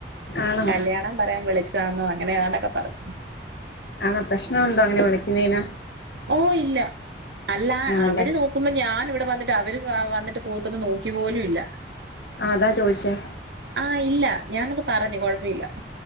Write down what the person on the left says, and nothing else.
ആണോ
ആണോ പ്രശ്നൊണ്ടോ അങ്ങനെ വിളിക്കുന്നേന്?
ആണല്ലേ
അതാ ചോയ്ച്ചേ